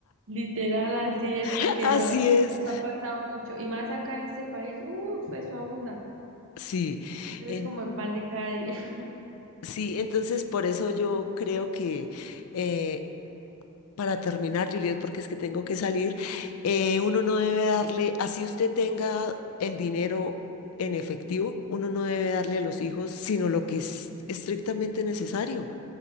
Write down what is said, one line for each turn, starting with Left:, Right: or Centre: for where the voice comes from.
Right: Literal, así es,
Left: <laughs>
Right: porque
Left: Así
Right: eso,
Left: es.
Right: eso ha pasado mucho. Y más acá en este país, uff, eso abunda.
Left: Sí.
Right: Eso es
Left: En-
Right: como el pan de cada día. <laughs>
Left: Sí, entonces por eso yo creo que eh, para terminar, Juliet, porque es que tengo que salir, eh, uno no debe darle, así usted tenga el dinero en efectivo, uno no debe darle a los hijos sino lo que es estrictamente necesario,